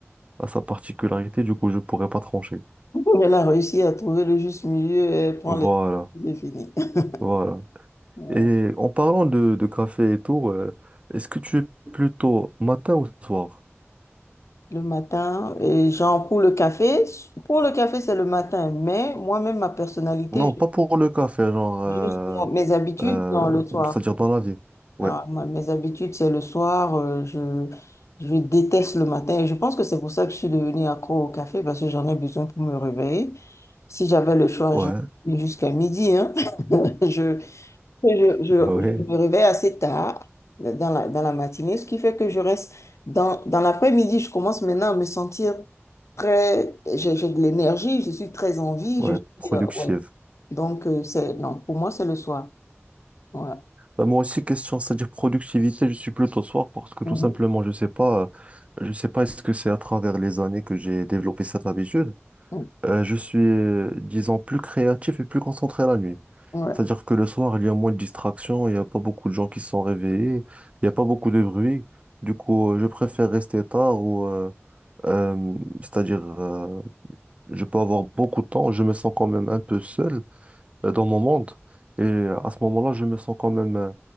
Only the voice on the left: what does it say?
<laughs> Elle a réussi à trouver le juste milieu et prend
les... C'est fini. <laughs>
Ouais.
Le matin, et genre pour le café, pour le café, c'est le matin, mais moi-même, ma personnalité,
je- juste mon- mes habitudes
dans le soir.
Alors, moi, mes habitudes, c'est le soir, euh, je, je déteste le matin. Et je pense que c'est pour ça que je suis devenue accro au café, parce que j'en ai besoin pour me réveiller. Si j'avais le choix,
je jusqu'à midi, hein. <laughs> Je, je, je,
je me réveille assez tard dans la, dans la matinée, ce qui fait que je reste dans, dans l'après-midi. Je commence maintenant à me sentir très... J'ai j'ai de l'énergie, je suis très en vie,
je suis...
euh, ouais. Donc, euh, c'est, non, pour moi, c'est le soir. Ouais.
Mhm.
Ouais.
Ouais.